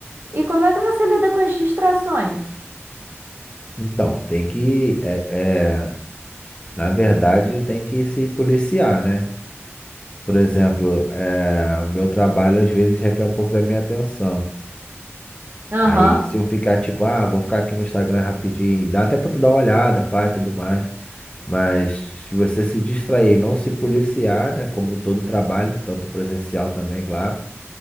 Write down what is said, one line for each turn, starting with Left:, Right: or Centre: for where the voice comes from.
Right: E como é que você lida com as distrações?
Left: Então, tem que, é, é, na verdade, tem que se policiar, né? Por exemplo, é, o meu trabalho às vezes requer um pouco da minha atenção.
Right: Aham.
Left: Aí, se eu ficar tipo, ah, vou ficar aqui no Instagram rapidinho, dá até pra tu dar uma olhada, pai, tudo mais. Mas se você se distrair e não se policiar, né, como em todo trabalho, tanto presencial também, claro,